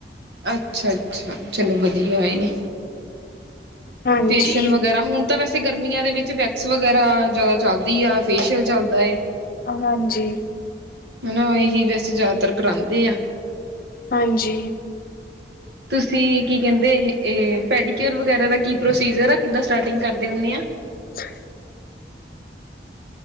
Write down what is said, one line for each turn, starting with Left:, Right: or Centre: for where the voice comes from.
Right: ਅੱਛਾ, ਅੱਛਾ। ਚਲੋ! ਵਧੀਆ ਏ
Left: ਹਾਂਜੀ
Right: ਫੇਸ਼ਅਲ ਵਗੈਰਾ ਹੁਣ ਤਾਂ ਵੈਸੇ ਗਰਮੀਆਂ ਦੇ ਵਿੱਚ ਵੈਕਸ ਵਗੈਰਾ ਜ਼ਿਆਦਾ ਚੱਲਦੀ ਆ। ਫੇਸ਼ੀਅਲ ਚੱਲਦਾ ਹੈ,
Left: ਹਾਂਜੀ
Right: ਹਨਾ ਇਹੀ ਵੈਸੇ ਜ਼ਿਆਦਾਤਰ ਕਰਾਉਂਦੇ ਆ।
Left: ਹਾਂਜੀ।
Right: ਤੁਸੀਂ ਕੀ ਕਹਿੰਦੇ ਇਹ ਪੈਡੀਕਿਓਰ ਵਗੈਰਾ ਦਾ ਕੀ ਪ੍ਰੋਸੀਜਰ ਆ ਕਿੱਦਾਂ ਸਟਾਰਟਿੰਗ ਕਰਦੇ ਹੋਣੇ ਆ।
Left: <inaudible> <inaudible>